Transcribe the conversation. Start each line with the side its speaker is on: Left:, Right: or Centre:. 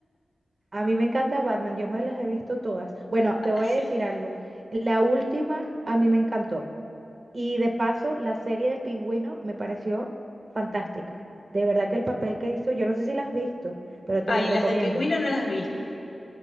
Right: A mí me encanta Batman, yo me las he visto todas. Bueno,
Left: <laughs>
Right: te voy
Left: Así.
Right: a decir algo. La última a mí me encantó. Y de paso, la serie del pingüino me pareció fantástica. De verdad que el papel que hizo, yo no sé si la has visto, pero te
Left: Ah,
Right: la
Left: y
Right: recomiendo.
Left: las del pingüino no las vi.